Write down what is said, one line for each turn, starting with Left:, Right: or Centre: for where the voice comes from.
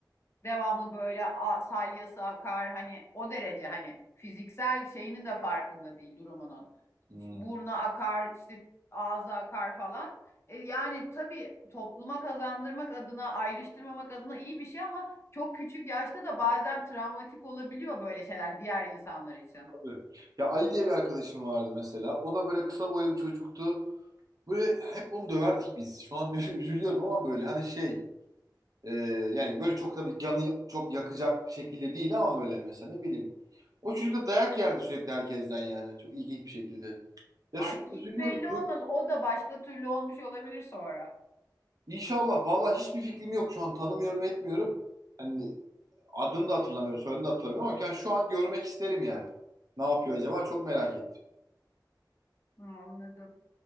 Left: devamlı böyle a- salyası akar hani o derece hani fiziksel şeyinin de farkında değil durumunun.
Right: Hmm,
Left: Burnu akar işte ağza akar falan. E, yani tabii topluma kazandırmak adına ayrıştırmamak adına iyi bir şey ama çok küçük yaşta da bazen travmatik olabiliyor böyle şeyler diğer insanlar için.
Right: tabii. Ya Ali diye bir arkadaşım vardı mesela. O da böyle kısa boylu bir çocuktu. Böyle hep onu döverdik biz. Şu an <laughs> üzülüyorum ama böyle hani şey e, yani böyle çok tabii canı çok yakacak şekilde değil ama böyle mesela ne bileyim. O çocuk da dayak yerdi sürekli herkesten yani. Çok ilginç bir şekilde. Ya
Left: Ay
Right: şu
Left: hiç
Right: an üzülüyorum.
Left: belli olmaz. O da başka türlü olmuş olabilir sonra.
Right: İnşallah. Vallahi hiçbir fikrim yok şu an. Tanımıyorum, etmiyorum. Hani adını da hatırlamıyorum, soyadını da hatırlamıyorum ama yani şu an görmek isterim yani. Ne yapıyor acaba? Çok merak ettim.
Left: Hı, anladım.